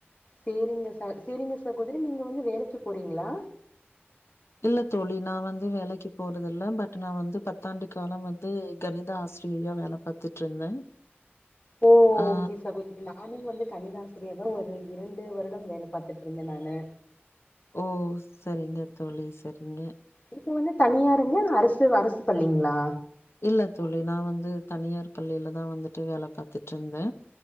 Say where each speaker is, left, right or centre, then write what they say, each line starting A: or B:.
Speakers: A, on the left; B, on the left.
A: சேரிங்க சா சேரிங்க சகோதரி நீங்க வந்து வேலைக்கு போறீங்களா
B: இல்ல தோழி நா வந்து வேலைக்கு போறது இல்ல பட் நா வந்து பத்தாண்டு காலம் வந்து கணித ஆசிரியையா வேல பாத்துட்டு இருந்தே
A: ஓ
B: ஆ
A: ஓகே சகோதரி நானு வந்து கணித ஆசிரியரா ஒரு இரண்டு வருடம் வேல பாத்துட்டு இருந்தே நானு
B: ஓ சரிங்க தோழி சரிங்க
A: இப்ப வந்து தனியாருங்கலா இல்ல அரசு அரசு பள்ளிங்ளா
B: இல்ல தோழி நா வந்து தனியார் பள்ளியிலதா வந்துட்டு வேல பாத்துட்டு இருந்தே